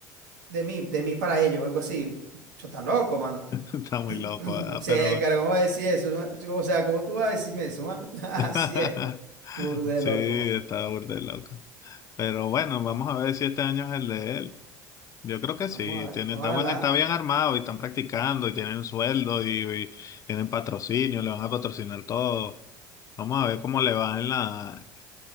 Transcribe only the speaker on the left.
Está muy
loco, ¿verdad?
Pero
<laughs>
sí,
está burda de loco. Pero bueno, vamos a ver si este año es el de él. Yo creo que
sí,
tiene,
está buen, está bien armado y están practicando y tienen sueldo y, y tienen patrocinio, le van a patrocinar todo. Vamos a ver cómo le va en la,